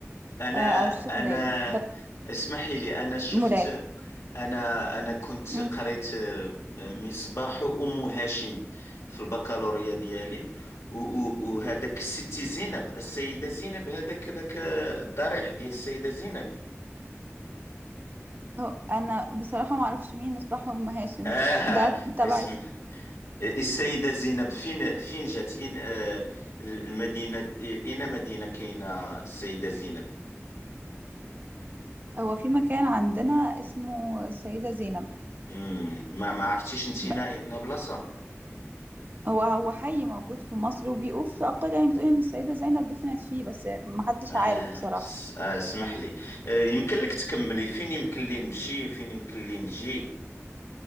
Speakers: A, on the left (about 80°); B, on the right (about 45°).
A: أنا
B: آه، أو الشيخ
A: أنا
B: زايد ده
A: اسمحي لي أنا شفت
B: مولات
A: أنا أنا كنت
B: مم.
A: قريت آه، مصباح أم هاشم في البكالوريا ديالي و- و- وهذاك ستي زينب السيدة زينب هذاك ذاك آه، الضريح ديال السيدة زينب
B: هو- أنا بصراحة معرفش مين مصباح أم هاشم
A: آه
B: ده تبع
A: اسم السيدة زينب فين فين جات إن آه المدينة إين مدينة كاينة السيدة زينب
B: هو في مكان عندنا اسمه السيدة زينب
A: مم، ما ما عرفتيش انت
B: ب-
A: نا نا بلاصة
B: هو هو حي موجود في مصر وبيقول في أقل يعني بتقول إن السيدة زينب دفنت فيه بس محدش
A: آه,
B: عارف بصراحة
A: س- آه اسمح لي آه يمكن لك تكملي فين يمكن لي نمشي فين يمكن لي نجي